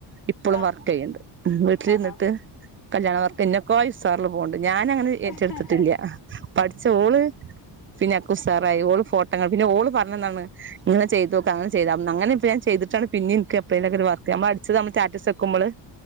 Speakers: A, on the right; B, on the left.
A: എപ്പോഴും
B: ആ.
A: വർക്ക് ചെയ്യുന്നുണ്ട് വീട്ടിൽനിന്നിട്ട്
B: ആഹാ
A: കല്യാണ വർക്ക് എന്നൊക്കെ ആസ്സാറിൽ പോകണ്ട് ഞാൻങ്ങനെ ഏറ്റെടുത്തിട്ടില്ല
B: ആഹ്
A: പഠിച്ച ഓളും പിന്നെ ആക്കുസാറായി ന്നിപിന്നെ ഓള് പറഞ്ഞെന്താണ് ഇങ്ങനെ ചെയ്തോക്കുക അങ്ങന ചെയ്താമതി അങ്ങനെപ്പ ഞാൻ ചെയ്തിട്ടാണ് പിന്നെനിക്ക് എപ്പോഴേലൊക്കെ വർക്ക് അടിച്ചു നമ്മ സ്റ്റാറ്റസ് വക്കുമ്പോള്